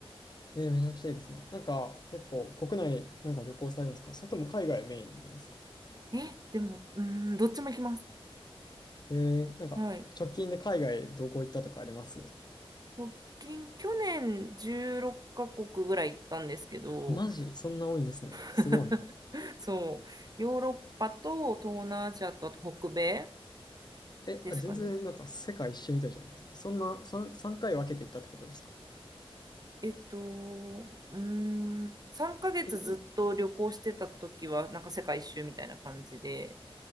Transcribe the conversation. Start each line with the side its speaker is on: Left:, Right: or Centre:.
Left: えー、めちゃくちゃいいですね。なんか、結構、国内なんか旅行されるんですかそれとも海外メインなんですか
Right: え、でも、うーん、どっちも行きます。
Left: えー、なんか、
Right: はい。
Left: 直近で海外どこ行ったとかあります
Right: 直近、去年16カ国ぐらい行ったんですけど、
Left: マジ、そんな多いんですね。すごい。
Right: <laughs> そう、ヨーロッパと東南アジアとあと北米
Left: え、
Right: ですかね。
Left: あ、全然なんか世界一周みたいじゃないですかね。そんな3、三回分けて行ったってことですか
Right: えっと、うーん、3ヶ月ずっと旅行してた時は、
Left: え、
Right: なんか世界一周みたいな感じで、